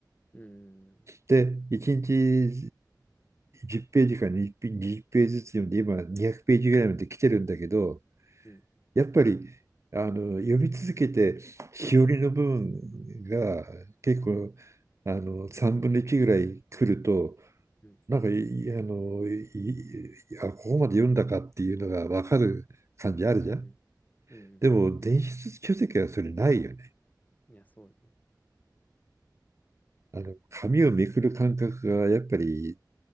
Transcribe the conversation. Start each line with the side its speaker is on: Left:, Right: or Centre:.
Left: うん、
Right: で、1日10ページか20ペ20ページずつ読んで、今200ページぐらいまで来てるんだけど、
Left: うん、
Right: やっぱりあの読み続けて、しおりの部分が結構
Left: うん、うん、
Right: あの3分の1ぐらい来ると、
Left: うん、
Right: なんかいあのいあ、ここまで読んだかっていうのが分かる感じあるじゃん。
Left: うん、うん、
Right: でも、
Left: う
Right: 電子書籍はそれないよね
Left: ん。いや、そうだね。
Right: あの紙をめくる感覚がやっぱり